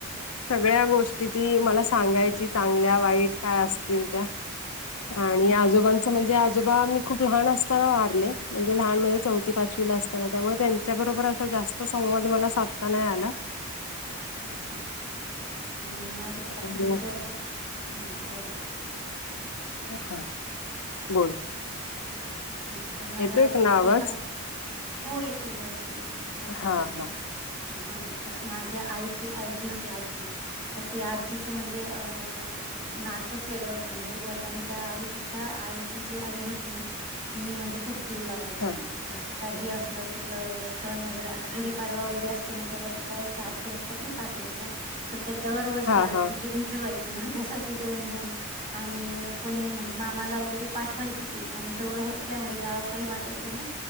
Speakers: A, on the left; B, on the right.
A: सगळ्या गोष्टी ती मला सांगायची. चांगल्या वाईट काय असतील त्या आणि
B: हो.
A: आजोबा म्हणजे आजोबा मी खूप लहान असताना वारले. म्हणजे लहान म्हणजे चौथी पाचवीला असताना त्यामुळे त्याच्याबरोबर असा जास्त संवाद मला साधता नाही आला.
B: अच्छा, माझ्या बाबतीत
A: आणि
B: जर ब हम् बोल.
A: हा बोल.
B: हा तर माझ्या
A: येतोय
B: बाबतीत
A: का ना आवाज
B: तर सांगायच. हो येतोय व्यवस्थित येतोय काही प्रॉब्लेम
A: हा
B: नाही.
A: हा
B: हा तर माझ्या आईची आई जी होती आजीच तर ती आजीचं म्हणजे अ. नातच वेगळं होत. म्हणजे वडिलांच्या आईपेक्षा आईची जी आई होती ना. ती म्हणजे खूप जीव लावायची
A: हा
B: अस. काही असलं कुठलं सण वगैरे. आता गुढीपाडवा वगैरे असतो ना त्याला ते काही गाठी अस तात ना साखरेच्या. तर ते दरवर्षी आजी
A: हा हा
B: घेऊन ठेवायची. माझ्यासाठी दोन दोन आणि कोणी म्हणजे मामाला वगैरे पाठवायची ती आणि जवळ असल्यामुळे गाव काही वाटायचं नाही.